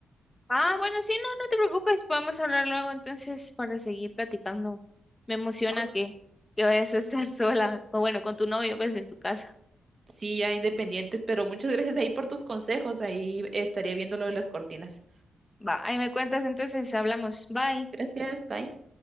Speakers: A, on the left; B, on the right.
A: Ah, bueno, sí, no, no te preocupes, podemos hablar luego entonces para seguir platicando. Me emociona
B: Ok.
A: que, que vayas a estar <laughs> sola, o bueno, con tu novio, pues en tu casa.
B: Sí, ya independientes, pero muchas <laughs> gracias ahí por tus consejos, ahí estaría viendo lo de las cortinas.
A: Va, ahí me cuentas entonces, hablamos. Bye.
B: Gracias, bye.